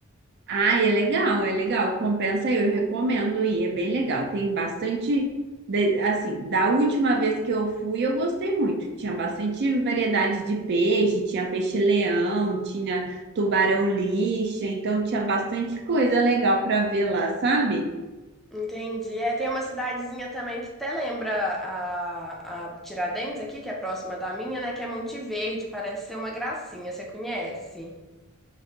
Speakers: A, on the right; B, in the centre.
A: Ah, é legal, é legal. Compensa, aí, eu recomendo ir, é bem legal. Tem bastante, de- assim, da última vez que eu fui, eu gostei muito. Tinha bastante variedade de peixe, tinha peixe-leão, tinha tubarão-lixa, então tinha bastante coisa legal para ver lá, sabe?
B: Entendi. É, tem uma cidadezinha também que até lembra a, a Tiradentes aqui, que é próxima da minha, né? Que é Monte Verde, parece ser uma gracinha, você conhece?